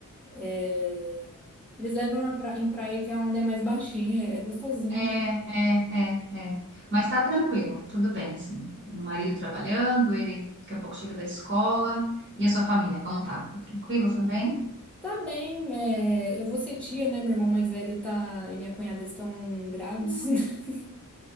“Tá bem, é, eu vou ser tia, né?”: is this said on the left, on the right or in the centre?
Centre